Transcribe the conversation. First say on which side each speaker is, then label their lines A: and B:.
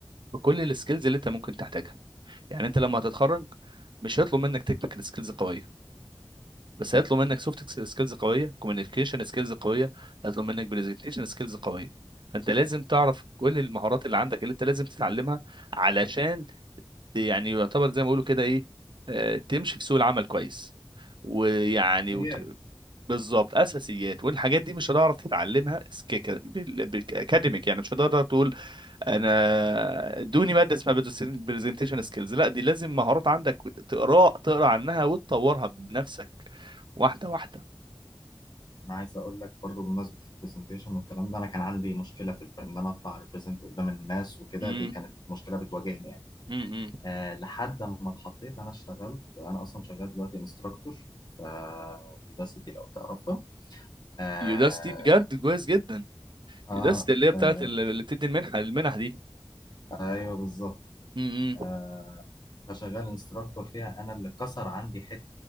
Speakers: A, on the right; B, on the left.
A: بكل السكيلز اللي انت ممكن تحتاجها يعني انت لما هتتخرج مش هيطلب منك تكنيكال سكيلز قويه بس هيطلب منك سوفت سكيلز قويه كوميونيكيشن سكيلز قويه هيطلب منك برزنتيشن سكيلز قويه فانت لازم تعرف كل المهارات اللي عندك اللي انت لازم تتعلمها علشان ت- يعني يعتبر زي ما بيقولوا كده ايه آه، تمشي في سوق العمل كويس ويعني
B: اساسيات
A: وت... بالظبط اساسيات والحاجات دي مش هتعرف تتعلمها سكيك بالاكاديميك يعني مش هتقدر تقول انا دوني ماده اسمها برزنتيشن سكيلز لا دي لازم مهارات عندك تقرا تقرا عنها وتطورها بنفسك واحده واحده
B: انا عايز اقول لك برضو بمناسبه البرزنتيشن والكلام ده انا كان عندي مشكله في الب- ان انا اطلع ريبريزنت قدام الناس وكده
A: امم
B: دي كانت مشكله بتواجهني يعني
A: امم
B: أه لحد ما اتحطيت انا اشتغلت انا اصلا شغال دلوقتي انستراكتور في يوداسيتي لو تعرفها آه
A: يوداستي بجد كويس جدا
B: آه
A: يوداستي اللي هي بتاعت
B: آه،
A: اللي اللي بتدي المنحه المنح دي
B: ايوه بالظبط
A: امم
B: آه فشغال انستراكتور فيها انا اللي كسر عندي حته